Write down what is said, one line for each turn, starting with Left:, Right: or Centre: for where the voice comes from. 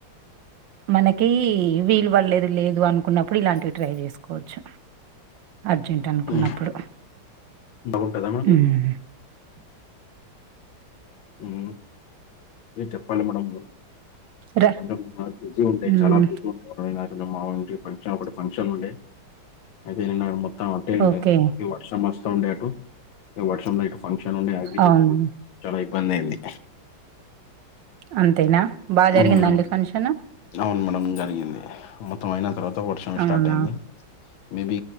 Right: మనకి వీలు పడలేదు లేదు అనుకున్నప్పుడు ఇలాంటివి ట్రై చేసుకోవచ్చు అర్జెంట్ అనుకున్నప్పుడు
Left: ఉమ్. బాగుంటుందా మేడం ఇది?
Right: ఉమ్
Left: ఉమ్ ఇక చెప్పండి మేడం
Right: ర
Left: కొంచెం బిజి ఉంటాయి
Right: హ్మ్.
Left: చాలా బిజి ఎ మా ఇంటికి ఫంక్షన్ ఒకటి ఫంక్షన్ ఉండే అయితే నేను మొత్తం ఏండి
Right: ఓకే.
Left: ఈ వర్షం వస్తా ఉండే అటు ఈ వర్షంలో ఇటు ఫంక్షన్ ఉండే అవి తేచుడు
Right: అవును.
Left: చాలా ఇబ్బంది అయింది
Right: అంతేనా బాగా జరిగిందండి
Left: ఉమ్,
Right: ఫంక్షన్
Left: అవును మేడం జరిగింది మొత్తం అయిన తర్వాత వర్షం స్టార్ట్
Right: అవునా?
Left: అయింది మేబి